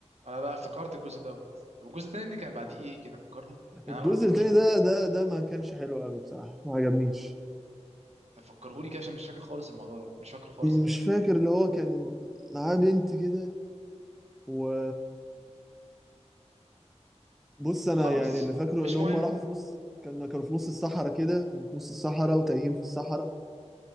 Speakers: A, on the right; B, in the centre.
A: انا بقى افتكرت الجزء دوت طب الجزء التاني اللي كان بعديه ايه كده فكرني يعني
B: الجزء
A: انا برضو
B: التاني
A: عشان
B: ده ده ده ما كانش حلو قوي بصراحة ما عجبنيش
A: تفكرهوني كده عشان مش فاكر خالص الموضوع ده مش فاكر خالص
B: مش فاكر اللي هو كان معاه بنت كده و بص
A: طب
B: انا
A: خلاص
B: يعني اللي فاكره
A: مش
B: ان هم
A: مهم
B: راحوا في نص كانوا كانوا في نص الصحراء كده كانوا في نص الصحراء وتايهين في الصحراء